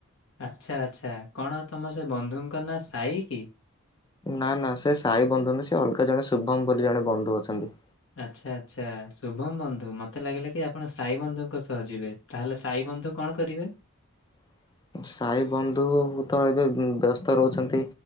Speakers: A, on the left (about 65°); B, on the left (about 20°).
A: ଆଛା ଆଛା, କଣ ତମ ସେ ବନ୍ଧୁଙ୍କ ନାଁ ସାଇ କି?
B: ନା ନା, ସେ ସହି ବନ୍ଧୁନୁହଁ ସେ ଅଲଗା ଜଣେ ଶୁଭମ ବୋଲି ଜଣେ ବନ୍ଧୁ ଅଛନ୍ତି।
A: ଆଚ୍ଛା ଆଚ୍ଛା, ଶୁଭମ ବନ୍ଧୁ ମତେ ଲାଗିଲା କି ଆପଣ ସାଇ ବନ୍ଧୁଙ୍କ ସହ ଯିବେ, ତାହେଲେ ସାଇ ବନ୍ଧୁ କଣ କରିବେ?
B: <inaudible> ସାଇ ବନ୍ଧୁ ତ ଏବେ ବ୍ୟସ୍ତ ରହୁଛନ୍ତି,